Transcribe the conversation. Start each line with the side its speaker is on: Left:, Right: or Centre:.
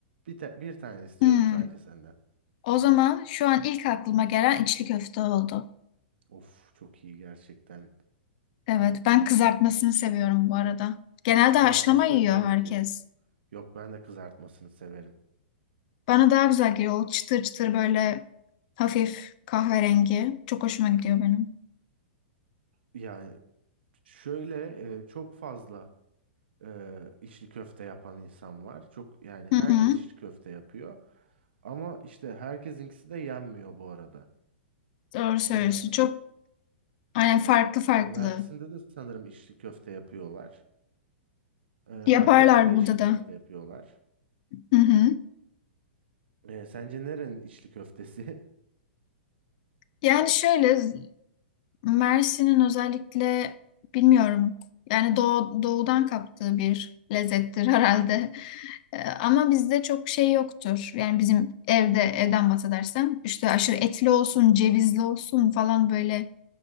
Right: Bir, ta- bir tane istiyorum
Left: hmm,
Right: sadece senden.
Left: o zaman şu an ilk aklıma gelen içli köfte oldu.
Right: Of çok iyi gerçekten.
Left: Evet, ben kızartmasını seviyorum bu arada. Genelde
Right: Kızartması
Left: haşlama yiyor
Right: tabii
Left: herkes.
Right: ki. Yok ben de kızartmasını severim.
Left: Bana daha güzel geliyor. O çıtır çıtır böyle Hafif kahverengi. Çok hoşuma gidiyor benim.
Right: Yani şöyle e, çok fazla e, içli köfte yapan insan var. Çok yani herkes
Left: Hı hı.
Right: içli köfte yapıyor. Ama işte herkesinkisi de yenmiyor bu arada.
Left: Doğru söylüyorsun.
Right: Mesela
Left: Çok aynen farklı farklı.
Right: e, Mersin'de de sanırım içli köfte yapıyorlar. E,
Left: Yaparlar
Right: Antep'te de
Left: burada
Right: içli
Left: da.
Right: köfte yapıyorlar.
Left: Hı hı.
Right: E, sence nerenin içli köftesi?
Left: Yani şöyle Mersin'in özellikle bilmiyorum. Yani doğu, doğudan kaptığı bir lezzettir herhalde. Ee, Ama bizde çok şey yoktur. Yani bizim evde evden bahsedersem işte aşırı etli olsun, cevizli olsun falan böyle